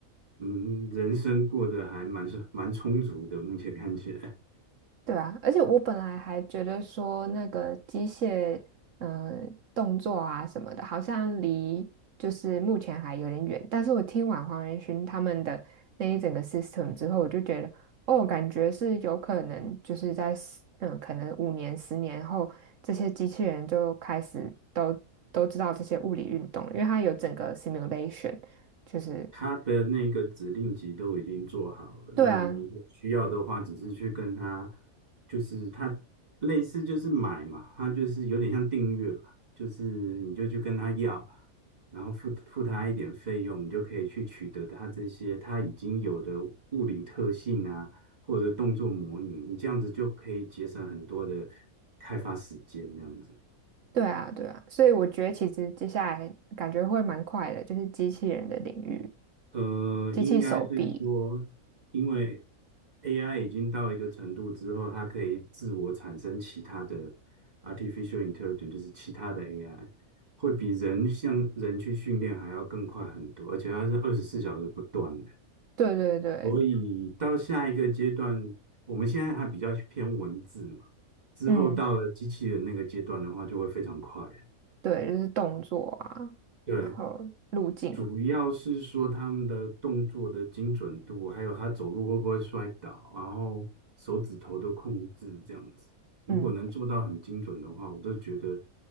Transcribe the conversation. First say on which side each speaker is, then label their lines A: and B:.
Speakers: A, on the right; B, on the right.
A: 嗯，人生过得还蛮蛮充足的，目前看起来。
B: 对啊，而且我本来还觉得说那个机械，呃，动作啊什么的，好像离就是目前还有点远。但是我听完黄仁勋他们的那一整个 system 之后，我就觉得，哦，感觉是有可能就是在十嗯，可能五年、十年后，这些机器人就开始都都知道这些物理运动，因为它有整个 simulation，就是
A: 他的那个指令集都已经做好了，
B: 对啊，
A: 那你有需要的话，只是去跟他，就是他类似就是买嘛，他就是有点像订阅吧，就是你就去跟他要，然后付付他一点费用，你就可以去取得他这些他已经有的物理特性啊，或者动作模拟，你这样子就可以节省很多的开发时间，这样子。
B: 对啊，对啊，所以我觉得其实接下来感觉会蛮快的，就是机器人的领域，
A: 呃，
B: 机器手臂，
A: 应该是说，因为 AI 已经到一个程度之后，它可以自我产生其他的 artificial intelligence，就是其他的 AI，会比人像人去训练还要更快很多，而且它是二十四小时不断的。
B: 对对对，
A: 所以到下一个阶段，我们现在还比较偏文字嘛，之后到了机器人那个阶段的话，
B: 嗯，
A: 就会非常快了
B: 对，就是动作啊，
A: 对，
B: 然后路径，
A: 主要是说他们的动作的精准度，还有他走路会不会摔倒，然后手指头的控制这样子。如果能做到很精准的话，
B: 嗯，
A: 我都觉得